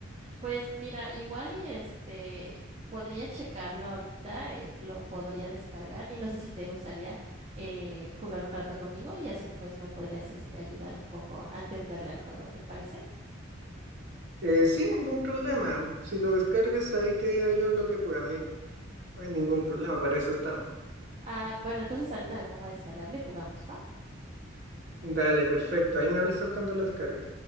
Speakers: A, on the right (about 30°); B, on the right (about 55°).
A: Pues mira, igual y este podría checarlo ahorita, eh, lo podría descargar y no sé si te gustaría eh, jugar un rato conmigo y así pues me podrías este ayudar un poco a entenderle al juego, ¿te parece?
B: Eh, sin ningún problema. Si lo descargas ahí te ayudo en lo que pueda. No hay, no hay ningún problema. Para eso estamos.
A: Ah, bueno, entonces ahorita me pongo a descargarlo y jugamos, ¿va?
B: Dale, perfecto. Ahí me avisas cuando lo descargues.